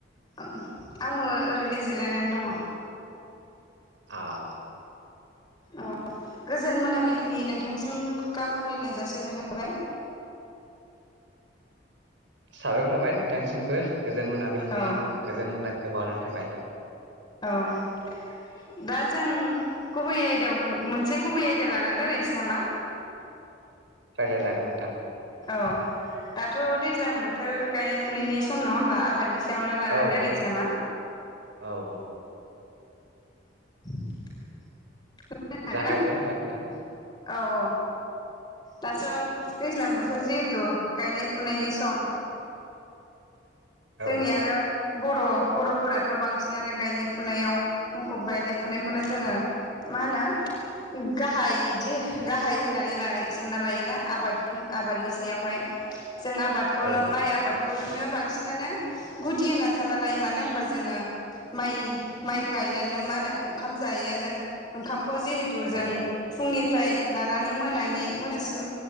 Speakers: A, on the left; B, on the right.
A: औ आंबो ओरैनो जिरायनानै दङ।
B: अह
A: औ गोजोन मोनाबिलिनि नों नोंथांसिम गाहाम हामलायनाय जासिहरनाय थाबाय
B: साबायखर थाबाय नोंथांनिसिमबो गोजोन मोनाबिलिनि
A: औ
B: गोजोन हामलाय <unintelligible> थाबाय
A: औ दा जों गुबै आयदायाव मोनसे गुबै आयदा लानानै रायलायनोसै नामा
B: रायज्लायजागोन नोंथां
A: औ दाथ' दैज्लां बोथोर गायनाय फुनायनि सम नङा होमबा आबादनि सायावनो लानानै
B: औ
A: रायलायनोसै नामा
B: औ औ
A: <inaudible> हागोन
B: जागायदो
A: ना
B: होमबा नोंथां
A: औ औ दासो दैज्लां बोथोर जिहेथु गायनाय फुनायनि सम जोंनि
B: औ
A: आरो बर' बर'फोराथ' बांसिनानो गायनाय फुनायाव मुखुब गायनाय फुनायखौनो जोङो मा होनो गाहाय बिदि गाहाय होननानै सानना लायोना आबाद आबादनि सायावहाय जों आबादखौनो
B: औ नोंथां
A: माइ आबादखौ नो बांसिनानो गुदि होननानै सानना लायो मानो होनबा जोङो माइ माइ गायनानो मा होनो ओंखाम जायो जों ओंखाम खौ जिहेथु जों
B: औ
A: फुंनि फ्राय लानानै मोनानि मोनासिम